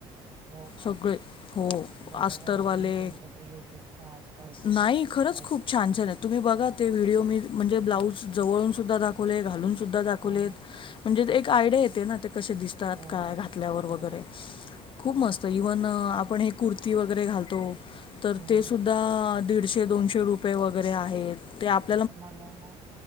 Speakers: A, on the right; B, on the left.
A: हो का
B: सगळे हो
A: बघावं
B: आस्तरवाले.
A: लागेल मी तुमचं ते युट्यूबच आज करतेच
B: नाही
A: सबस्क्राईब
B: खरंच खूप छान छान आहे. तुम्ही बघा ते व्हिडिओ मी म्हणजे ब्लाऊज जवळून सुद्धा दाखवले घालून सुद्धा दाखवलेत.
A: हा
B: म्हणजे एक आयडिया येते ना ते कसे दिसतात
A: हो
B: काय घातल्यावर
A: बरोबर
B: वगैरे.
A: आहे
B: खूप मस्त, इव्हन आपण हे कुर्ती वगैरे घालतो. तर
A: हम्म
B: ते सुद्धा दीडशे, दोनशे रुपये वगैरे आहेत ते आप
A: मला ना,